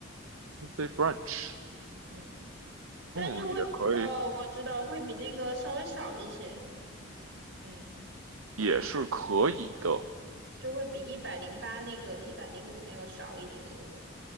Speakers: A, on the right (about 85°); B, on the right (about 60°).
A: Day brunch，
B: 嗯。但就会比呃，
A: 嗯，也可以，
B: 我知道会比那个稍微少一些，嗯，
A: 也是可以的。
B: 就会比一百零八那个一百零五那个少一点一个人。